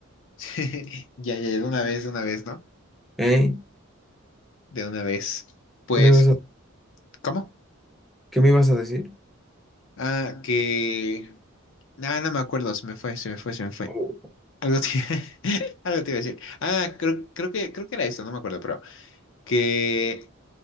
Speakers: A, on the left; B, in the centre.
A: <laughs> Ya, ya, ya, de una vez, de una vez, ¿no?
B: ¿Eh?
A: De una vez. Pues,
B: ¿Qué me ibas a,
A: ¿cómo?
B: qué me ibas a decir?
A: Ah, que... Nada, no me acuerdo, se me fue, se me fue, se me fue.
B: Oh.
A: Algo te, <laughs> algo te iba a decir. Ah, creo, creo que, creo que era esto, no me acuerdo, pero que